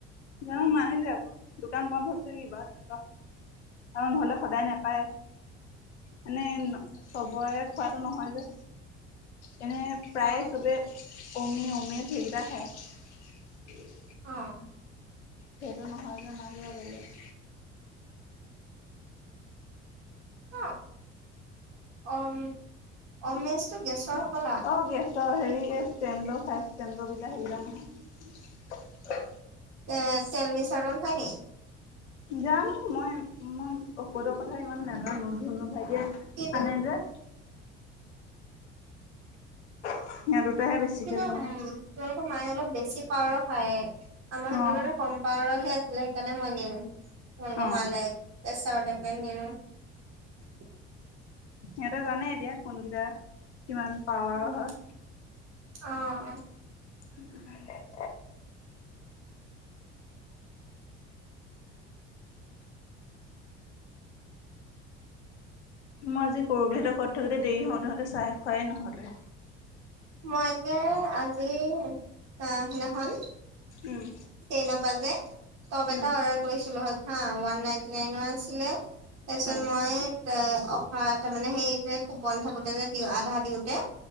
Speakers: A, on the left; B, on the right.
A: জানো নানিলে আক', দোকান বন্ধ হৈছে কিবা তেনেকুৱা। আৰু নহ'লে সদায় নেপায়। মানে চবৰে খোৱাটো নহয় যে। এনে প্ৰায়ে
B: অ
A: চবে অমি, অমেজ সেইকেইটাই খায়।
B: অ'
A: সেইটো নহয় যা, মাৰ কিবা বেলেগ।
B: অ', অম অমেজটো গেছৰ হ'বলা
A: অ', গেছৰ হেৰি এই ষ্টেমল' ফাইভ ষ্টেমল' কিটা, সেইকেইটা নহয়।
B: এ' টেলমিসাৰ্টন খায় নি?
A: জানো! মই মোৰ ঔষধৰ কথা ইমান নাজানো। ধুনু ভাইটিয়ে
B: কি
A: আনে যে। <inaudible>
B: কিন্তু,
A: জানে
B: উম, তোমালোকৰ মায়ে অলপ বেছি পাৱাৰৰ খায়। আমাৰ হাতত
A: অ
B: মানে কম পাৱাৰৰহে আছিলে সেইকাৰণে মই নিনিলো তোমালোকৰ
A: অ
B: মালে। <unintelligible>
A: সিহঁতে জানেই এতিয়া কোনকেইটা কিমান পাৱাৰৰ
B: উম,
A: হয়।
B: অ', অ'
A: <inaudible> মই আজি কৰবীহঁতৰ ঘৰত থাকোতে দেৰি হওঁতে হওঁতে চাহে খোৱাই নহ'লে।
B: মই যে আজি অ' সিদিনাখন
A: উম
B: <unintelligible> তপ এটা
A: উম
B: অৰ্ডাৰ কৰিছিলো হা, ঙঞওৱান নাইনটি নাইনৰ আছিলে। তাৰ পিছত
A: অ
B: মই এ' অফাৰ, তাৰ মানে, সেই যে কুপন থাকোঁতে যে দিওঁ আধা দিওঁতে